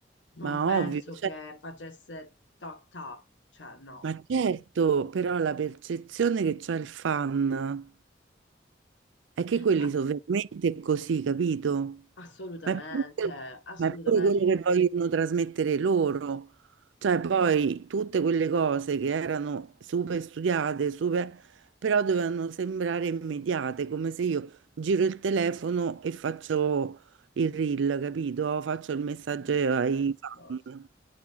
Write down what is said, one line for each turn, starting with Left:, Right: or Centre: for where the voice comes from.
Left: Non
Right: ma
Left: penso
Right: ovvio, cioè,
Left: che facesse ta ta, cioè no.
Right: ma certo, però la percezione che c'ha il fan. È che quelli
Left: Ma
Right: sono veramente così, capito?
Left: assolutamente,
Right: Ma è pure,
Left: assolutamente.
Right: ma è pure quello che vogliono trasmettere loro. Cioè, poi tutte quelle cose che erano super studiate, super, però dovevano sembrare immediate, come se io giro il telefono e faccio il reel, capito? Faccio il messaggio
Left: Eh,
Right: ai
Left: no,
Right: fan.
Left: no.